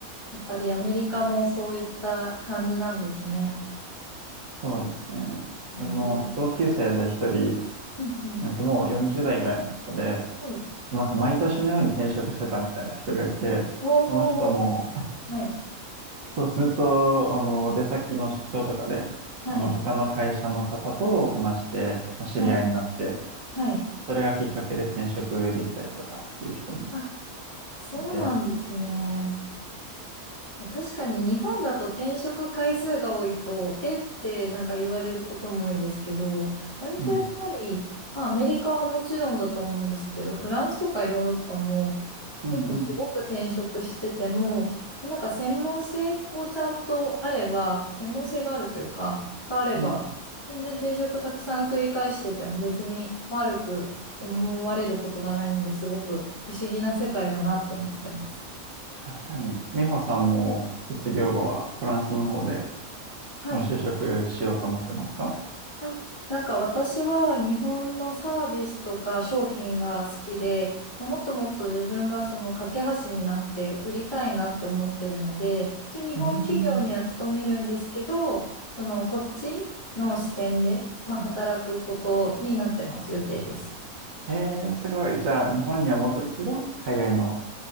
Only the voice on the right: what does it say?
そうですね。
自分の同級生で一人、
えっと、もう40代ぐらいの方で、
なんか毎年のように転職してたみたいな人がいて、
その人も、
そうずっと、あの、出先の出張とかで、
あの、他の会社の方と話して、まあ知り合いになって、
それがきっかけで転職できたりとかっていう人も
いて、
うん、
うん、
うん、
うん。
確かに、美穂さんも卒業後はフランスの方で、
まあ、就職しようと思ってますか
うん
ええー、すごい。じゃあ、日本には戻るけど、海外の